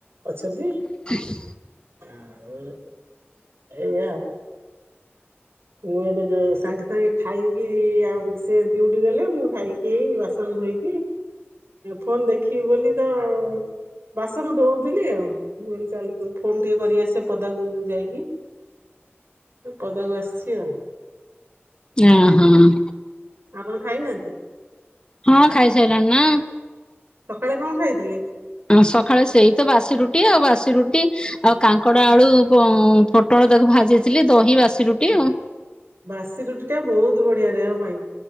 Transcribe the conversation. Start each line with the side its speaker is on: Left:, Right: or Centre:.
Right: ଅଛନ୍ତି।
Left: <inaudible>
Right: ଆଉ ଏଇଆ ଆଉ। ମୁଁ ଏବେ ଯ ସାଙ୍ଗେ ସାଙ୍ଗେ ଖାଇକି ଆଉ ସେ ଡିଉଟି ଗଲେ ମୁଁ ଖାଇକି କି ଏଇ ବାସନ ଧୋଇକି ଫୋନ ଦେଖିବି ବୋଲି ତ ବାସନ ଧୋଉଥିଲି ଆଉ। ହ ଚାଲ ଫୋନ ଟିକେ କରି ଆସେ ପଦାକୁ ଯାଇକି ପଦାକୁ ଆସି। କିଏ ଜାଣେ।
Left: ହଁ ହଁ।
Right: ଆପଣ ଖାଇନାହାନ୍ତି।
Left: ହଁ ଖାଇସାରିଲାଣି ନା।
Right: ସକାଳେ କଣ ଖାଇଥିଲେ?
Left: ସକାଳେ ସେଇ ତ ବାସି ରୁଟି ଆଉ ବାସି ରୁଟି ଆଉ କାଙ୍କଡ ଆଳୁ ପୋଟଳ ତାକୁ ଭାଜିଥିଲି ଦହି ବାସିରୁଟି ଆଉ।
Right: ବାସି ରୁଟି ଟା ବହୁତ ବଢିଆ ଦେହ ପାଇଁ।